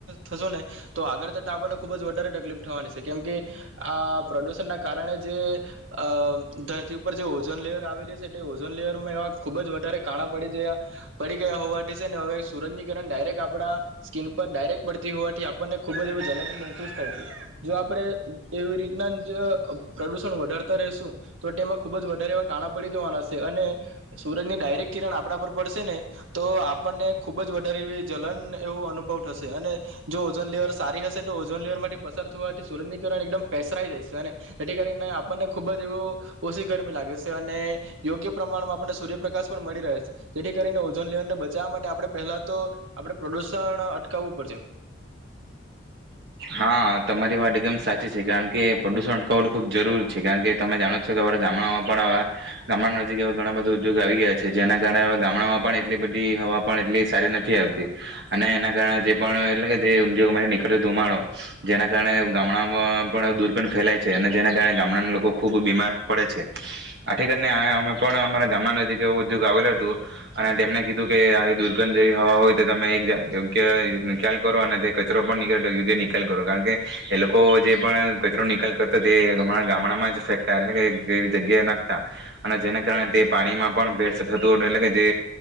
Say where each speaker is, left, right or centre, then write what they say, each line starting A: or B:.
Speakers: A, on the right; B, on the right.
A: થશું ને તો આગળ થતાં આપણને ખૂબ જ વધારે તકલીફ થવાની છે કેમ કે આ પ્રદુષણના કારણે જે અ ધરતી ઉપર જે ઓઝોન લેયર આવેલી છે તે ઓઝોન લેયરમાં એવા ખુબ જ વધારે કાણા પડી જ્યાં પડી ગયા હોવાથી છે અને હવે સૂરજનીકરણ ડાયરેક્ટ આપણા સ્કીિન પર ડાયરેક્ટ પડતી હોવાથી આપણને ખૂબ જ એવું જલન મહેસૂસ થાય છે જો આપણે એવી રીતના જ પ્રદુષણ વધારતા રશું તો તેમાં ખુબ જ વધારે એવા કાણા પડી જવાના છે અને સુરજની ડાયરેક્ટ કિરણ આપણા પર પડશે ને, તો આપણને ખુબ જ વધારે એવી જલન એવો અનુભવ થશે અને જો ઓઝોન લેયર સારી હશે તો ઓઝોન લેયરમાંથી પસાર થવાથી સુરજની કિરણ એકદમ પેસરાઈ જાય સે અને જેથી કરીને આપણને ખુબ જ એવું ઓસી ગરમી લાગે સે અને યોગ્ય પ્રમાણમાં આપણને સૂર્યપ્રકાશ પણ મળી રહે સે. જેથી કરીને ઓઝોન લેયરને બચાવા માટે આપણે પહેલા તો આપણે પ્રદુષણ અટકાવવું પડશે.
B: હા, તમારી વાત એકદમ સાચી છે. કારણ કે પ્રદૂષણ <unintelligible> ખુબ જરૂર છે. કારણ કે તમે જાણો જ છો કે આપળે ગામડામાં પણ આવા ગામડા નજીક એવા ઘણા બધૂ ઉદ્યોગ આવી ગ્યા છે. જેના કારણે હવે ગામડામાં પણ એટલી બધી હવા પણ એટલી સારી નથી આવતી અને એના કારણે જે પણ એટલે કે જે ઉદ્યોગમાંથી નીકળે ધુમાડો. જેના કારણે ગામડામાં પણ દુર્ગંધ ફેલાય છે અને જેના કારણે ગામડાના લોકો ખૂબ બીમાર પડે છે. આથી કરીને આય અમે પણ અમારા ગામના નજીક એ ઉ દ્યોગ આવેલું હતું અને તેમને કીધું કે આવી દુર્ગંધ જેવી હવા હોય તો તમે એક જા યોગ્ય ખ્યાલ કરો અને તે કચરો પણ નીકળે તો યોગ્ય ની કાલ કરો કારણ કે એ લોકો જે પણ કચરો નિકાલ કરતા તે અમારા ગામડામાં જ ફેંકતા એટલે કે એ એવી જગ્યાએ નાખતા અને જેના કારણે તે પાણીમાં પણ ભેર્સ થતું. એટલે કે જે